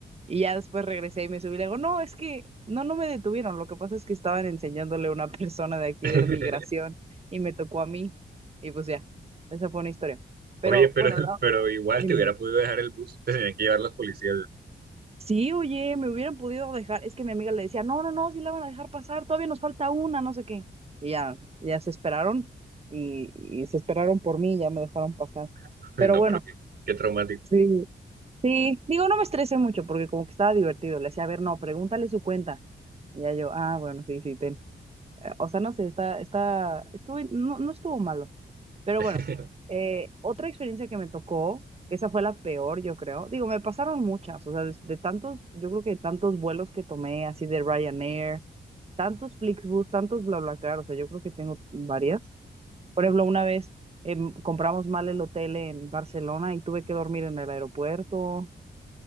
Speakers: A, on the right (about 35°); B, on the right (about 60°).
A: Y ya después regresé y me subí y le digo, no, es que no, no me detuvieron, lo que pasa es que estaban enseñándole a una <laughs> persona de aquí
B: <laughs>
A: de la migración y me tocó a mí. Y pues ya. Esa fue una historia.
B: Oye,
A: Pero
B: pero,
A: bueno, la...
B: pero igual
A: dime.
B: te hubiera podido dejar el bus. Te tenían que llevar los policías.
A: Sí, oye, me hubieran podido dejar. Es que mi amiga le decía, no, no, no, sí la van a dejar pasar, todavía nos falta una, no sé qué. Y ya, ya se esperaron y, y se esperaron por mí, ya me dejaron pasar.
B: <laughs> Uy,
A: Pero
B: no,
A: bueno,
B: pero qué, qué traumático.
A: sí, sí, digo, no me estresé mucho porque como que estaba divertido. Le decía, a ver, no, pregúntale su cuenta. Y ya yo, ah, bueno, sí, sí, ten. Eh, O sea, no sé, está, está, estuvo, no, no estuvo malo. Pero
B: <laughs>
A: bueno, eh, otra experiencia que me tocó, que esa fue la peor, yo creo. Digo, me pasaron muchas, o sea, de, de tantos, yo creo que tantos vuelos que tomé, así de Ryanair, tantos Flixbus, tantos BlaBlaCar, o sea, yo creo que tengo varias. Por ejemplo, una vez em, compramos mal el hotel en Barcelona y tuve que dormir en el aeropuerto.